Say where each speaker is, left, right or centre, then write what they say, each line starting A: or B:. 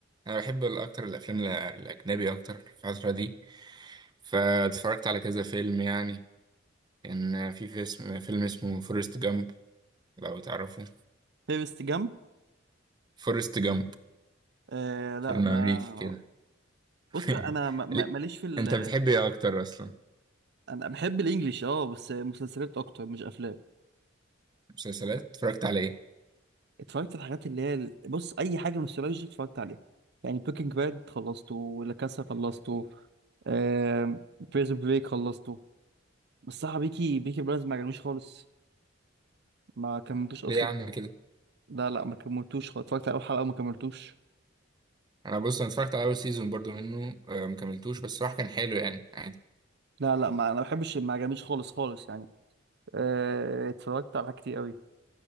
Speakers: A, on the right; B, on the right.
A: انا بحب ال- اكتر الافلام ال- الاجنبي اكتر في الفتره دي فاتفرجت على كذا فيلم يعني كان في فيلم فيلم اسمه فورست جامب لو تعرفه
B: فيرست جامب
A: فورست جامب
B: آه لا
A: فيلم
B: ده
A: امريكي كده <laughs>
B: بص انا ما- ما-
A: ليه؟
B: ماليش في ال...
A: انت بتحب ايه اكتر اصلا
B: انا بحب الانجليش اه بس مسلسلات اكتر مش افلام
A: مسلسلات اتفرجت على ايه
B: اتفرجت على الحاجات اللي هي ال- بص اي حاجه نوستالجيا اتفرجت عليها يعني بيكنج باد خلصته ولا كاسا خلصته آه بريزون بريك خلصته بس صح بيكي بيكي بلايندرز ما عجبنيش خالص ما كملتوش اصلا
A: ليه يا عم كده
B: لا لا ما كملتوش خالص اتفرجت على اول حلقه وما كملتوش
A: انا بص انا اتفرجت على اول سيزون برضو منه اه، مكملتوش بس صراحه كان حلو يعني عادي
B: لا لا ما انا ما بحبش ما عجبنيش خالص خالص يعني آه، اتفرجت على حاجات كتير قوي